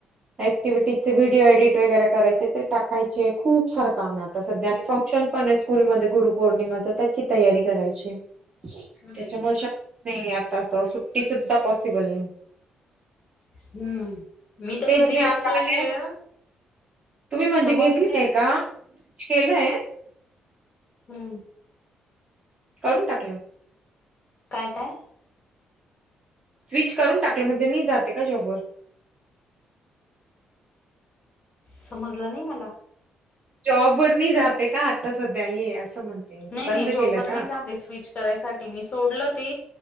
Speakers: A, on the right (about 35°); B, on the left (about 45°).
A: ऍक्टिव्हटीज चे व्हिडिओ एडिट वगैरे करायचे टाकायचे खूप सारं काम आहे आता सध्या आणि फंक्शन पण आहे स्कूलमध्ये गुरुपौर्णिमाच त्याची तयारी करायची
B: अरे
A: त्याच्यामुळे शच नाही आताच सुट्टी सुद्धा पॉसिबल नाही
B: हम्म मी तर
A: तेच
B: घरी
A: आता
B: बसलेली
A: आले
B: आहे
A: तुम्ही म्हणजे
B: तर
A: घेतले
B: मम्मीचे
A: आहे का केलंय
B: हम्म
A: करून टाकलं
B: काय काय
A: स्विच करून टाकलं म्हणजे नाही जाते का जॉब वर
B: समजलं नाही मला
A: जॉब वर नाही जाते का आता सध्या ये असं म्हणते मी
B: नाही
A: बंद
B: नाही जॉबवर
A: केलं का?
B: नाही जाते स्विच करायसाठी मी सोडल ते